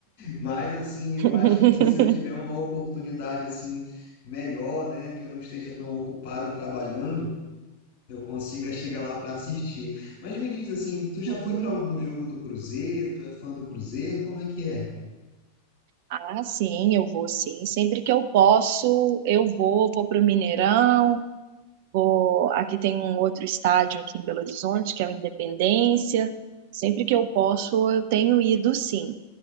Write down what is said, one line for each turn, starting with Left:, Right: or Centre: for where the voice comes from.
Left: mas assim, eu
Right: Uhum.
Left: acho que se eu tiver uma oportunidade assim melhor, né, que eu não esteja tão ocupado trabalhando, eu consiga chegar lá para assistir. Mas me diz assim, tu já
Right: <laughs>
Left: foi para algum jogo do Cruzeiro? Tu é fã do Cruzeiro? Como é que é?
Right: ah, sim, eu vou sim. Sempre que eu posso, eu vou, vou para o Mineirão, vou. Aqui tem um outro estádio aqui em Belo Horizonte, que é o Independência. Sempre que eu posso, eu tenho ido sim.